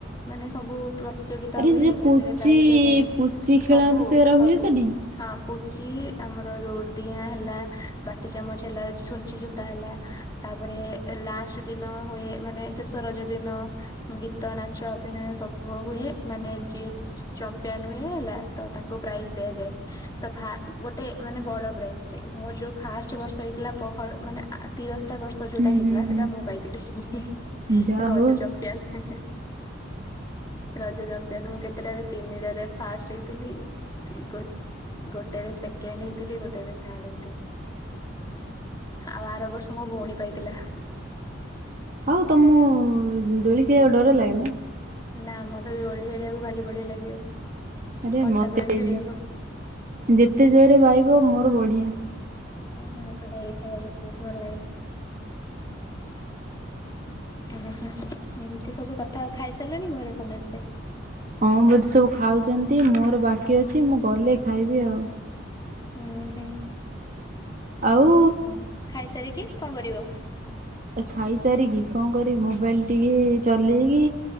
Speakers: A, on the left (about 20°); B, on the right (about 40°).
A: ମାନେ ସବୁ ପ୍ରତିଯୋଗିତା
B: ଆରେ
A: ହୁଏ
B: ସେ ପୁଚି
A: ସେଥିରେ ପ୍ରାଇଜ ଦଆଯଏ।
B: ପୁଚି ଖେଳନ୍ତି
A: ସବୁ
B: ସେଗୁରା
A: ସବୁ
B: ହୁଏ ସେଠି?
A: ହଁ ପୁଚି ଆମର ଯୋଉ ଦିଆଁ ହେଲା ବାଟି ଚାମଚ ହେଲା ଛୁଞ୍ଚି ସୁତା ହେଲା ତାପରେ ଲାଷ୍ଟ ଦିନ ହୁଏ ମାନେ ଶେଷ ରଜ ଦିନ ଗୀତ ନାଚ ଅଭିନୟ ସବୁ ହୁଏ। ମାନେ ଯିଏ ଚମ୍ପିୟନ ହୁଏ ହେଲା ତ ତାକୁ ପ୍ରାଇଜ ଦିଆଯାଏ ତ ଗୋଟେ ମାନେ ବଡ ପୁରା ଏସଟି ମୋର ଯୋଉ ଫାଷ୍ଟ ବର୍ଷ ହେଇଥିଲା ପହର ମାନେ ଆ ତିରସ୍ତା ବର୍ଷ ଯୋଉଟା
B: ହୁଁ
A: ହେଇଥିଲା
B: ହୁଁ ହୁଁ
A: ସେଇଟା ମୁଁ ପାଇଥିଲି
B: ଯା
A: ରଜ
B: ହଉ
A: ଚମ୍ପିୟାନ। ରଜ ଚମ୍ପିୟାନ ମୁଁ କେତେଟାରେ ତିନିଟାରେ ଫାଷ୍ଟ ହେଇଥିଲି। ଗୋ ଗୋଟେରେ ସେକେଣ୍ଡ ହେଇଥିଲି ଗୋ ଗୋଟେରେ ଥାଡ ହେଇଥିଲି ଆଉ ଆରବର୍ଷ ମୋ ଭଉଣୀ ପାଇଥିଲା।
B: ଆଉ ତମକୁ ଉ ଦୋଳି ଖିଆବାକୁ ଡର ଲାଗେ ନା?
A: ନା ମତେ ଦୋଳି ଖେଳିବାକୁ ଭାରି ବଢିଆ ଲାଗେ
B: ଆରେ
A: ପଟା
B: ମତେ
A: ଦୋଳି ଖେଳିବାକୁ।
B: ବି ଯେତେ ଜୋରେ ବାହିବ ମୋର ବଢିଆ।
A: ମତେ ଦୋଳି ଖେଳିବାକୁ ବୋହୁତ ଭଲଲାଗେ। ଓହୋ ଏମତି ସବୁ କଥା ଆଉ ଖାଇସାରଲେଣି ଘରେ ସମସ୍ତେ?
B: ହଁ ବୋଧେ ସବୁ ଖାଉଚନ୍ତି ମୋର ବାକି ଅଛି ମୁଁ ଗଲେ ଖାଇବି ଆଉ।
A: ଉଁହୁଁ
B: ଆଉ
A: ହଁ ଖାଇସାରିକି କଣ କରିବ?
B: ଏ ଖାଇସାରିକି କଣ କରିମ ମୋବାଇଲ ଟିକେ ଚଲେଇକି